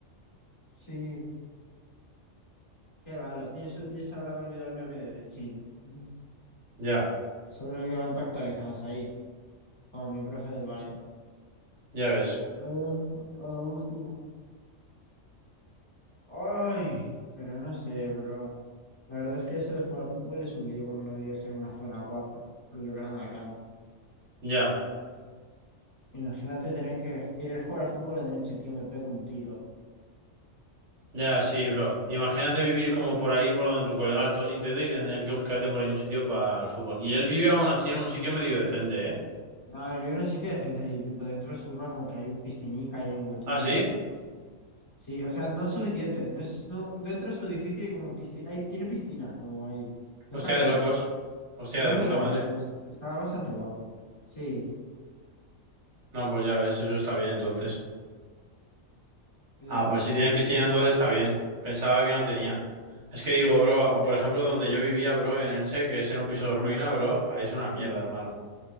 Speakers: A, on the left (about 25°); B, on the right (about 60°).
A: Sí, qué va, los niños esos ya se habrán olvidado el meme de, de chill. Mm.
B: Ya,
A: Seguro que van tan actualizados ahí, como mi profe del Valen.
B: ya ves.
A: Eh, a la última. Ay, pero no sé, bro. La verdad es que eso de jugar al fútbol es un lío cuando no vives en una zona guapa, rollo Gran alcán
B: Ya.
A: Imagínate tener que querer jugar al fútbol en Elche, tío, me pego un tiro.
B: Ya, sí, bro. Imagínate vivir como por ahí, por donde tu colega el Tony Tete, y tener que buscarte por ahí un sitio para el fútbol. Y él vive aún así en un sitio medio decente, ¿eh?
A: No, yo en un sitio decente y tipo dentro de su urba como que hay un piscinica y hay un huequillo.
B: ¿Ah, sí?
A: Sí, o sea, no es suficiente. No es, no, dentro de su edificio hay como piscina, hay, tiene piscina, como ahí. Está
B: Hostia,
A: bien.
B: de locos. Hostia,
A: No es
B: de
A: muy
B: puta
A: grande,
B: madre.
A: pero es- está bastante guapo. Sí.
B: No, pues ya ves, eso está bien entonces.
A: La...
B: Ah, pues si tiene piscina entonces está bien. Pensaba que no tenía. Es que digo, bro, por ejemplo, donde yo vivía, bro, en Elche, que ese era un
A: Ajá.
B: piso de ruina, bro, ahí es una
A: Sí.
B: mierda, hermano.